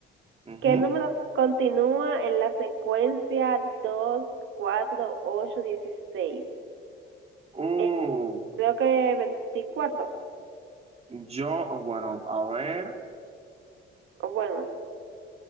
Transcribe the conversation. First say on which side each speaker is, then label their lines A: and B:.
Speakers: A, on the right; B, on the right.
A: ujú.
B: ¿Qué número continúa en la secuencia 2, 4, 8, 16?
A: Uh,
B: Eh, creo que 24.
A: yo, bueno, a ver.
B: O Bueno,